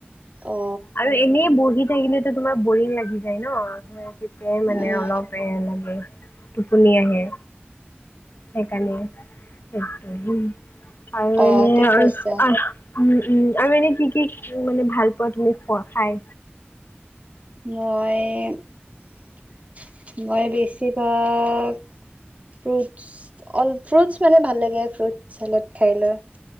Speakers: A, on the right; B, on the left.
A: অ
B: আৰু এনেই বহি থাকিলে তেতিয়া তোমাৰ বৰিং লাগি যায় ন? মোৰ তেতিয়াই মানে
A: উম
B: অলপ বেয়া লাগে। টোপনি আহে সেইকাৰণে, আৰু
A: অ
B: এনেই
A: ঠিক
B: আৰু
A: কৈছা
B: আহ উম-উম আৰু এনেই কি-কি মানে ভাল পোৱা তুমি খোৱা খাই?
A: মই-মই বেছিভাগ ফ্ৰুটছ অল ফ্ৰুটছ মানে ভাল লাগে ফ্ৰুট চালাড খাই লৈ